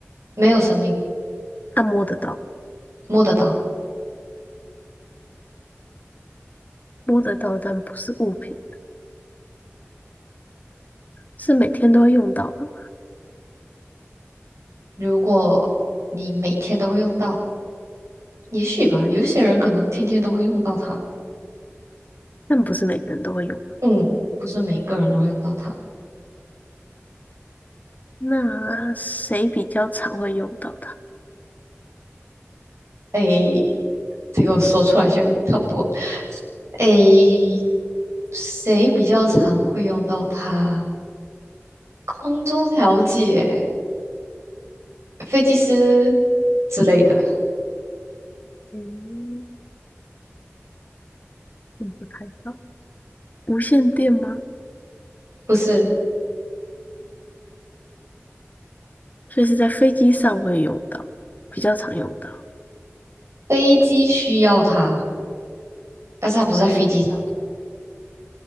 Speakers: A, on the right; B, on the left.
A: 没有生命，
B: 它摸得到，
A: 摸得到。
B: 摸得到，但不是物品。是每天都会用到的吗，
A: 如果你每天都会用到，也许吧，有些人可能天天都会用到它，
B: 但不是每个人都会用。
A: 嗯，不是每个人都会用到它。
B: 那谁比较常会用到它？
A: 诶，这个我说出来就差不多了。诶，谁比较常会用到它？空中调节、飞机师之类的，
B: 嗯，我不太知道。无线电吗？
A: 不是，
B: 所以是在飞机上会用到，比较常用到。
A: 飞机需要它，但是它不是在飞机上，
B: 飞机